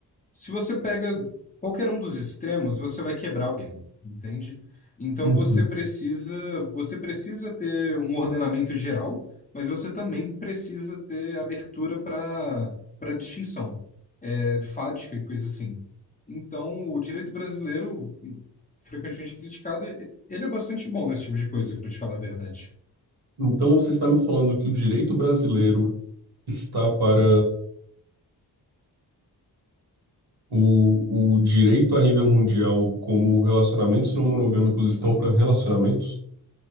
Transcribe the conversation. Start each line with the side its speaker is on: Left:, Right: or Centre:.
Left: se você pega qualquer um dos extremos, você vai quebrar alguém, entende? Então
Right: Uhum.
Left: você precisa, você precisa ter um ordenamento geral, mas você também precisa ter abertura para para distinção, é, fática e coisa assim. Então, o direito brasileiro, frequentemente criticado, ele é bastante bom nesse tipo de coisa, para te falar a verdade.
Right: Então você está me falando que o direito brasileiro está para o, o direito a nível mundial, como relacionamentos não monogâmicos estão para relacionamentos?